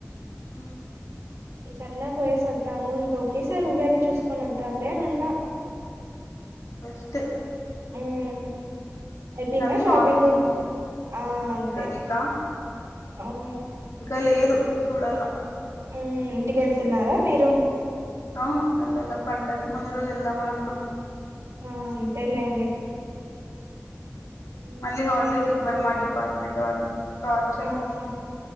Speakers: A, on the left; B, on the right.
A: మ్
B: ఇంక అట్లా పోయేసి వద్దాము ఇంక ఒకేసారి ఉగాది చూసుకొని వద్దాం లే అని ఉన్నా
A: బెస్ట్
B: మ్ అయితే ఇంకా
A: అన్ని
B: షాపింగ్
A: హాలిడేస్ ఉంటాయి
B: ఆ అంతే
A: ఉగాదికా
B: అవు
A: ఇ లేదు చూడలా
B: ఉ ఇంటిక వెళ్తున్నారా మీరు
A: అవును అల్లా పండకి ముందు రోజు వెల్దామని ఉన్నా
B: ఆ అంతేలేండి
A: <inaudible>
B: మ్మ్
A: మళ్ళ హాలిడేస్ ఇ వర్మా డిపార్ట్మెంట్ వాళ్ళు టార్చర్
B: ఆహా